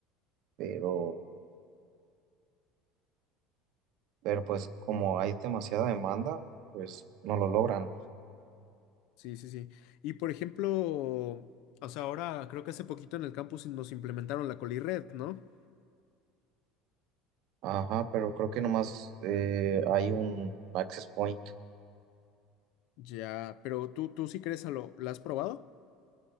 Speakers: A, on the right; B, on the left.
A: pero pero pues como hay demasiada demanda, pues no lo logran.
B: Sí, sí, sí. Y por ejemplo, o sea, ahora creo que hace poquito en el campus nos implementaron la Colired, ¿no?
A: Ajá, pero creo que nomás eh, hay un access point,
B: Ya, pero tú, tú sí crees a lo, ¿la has probado?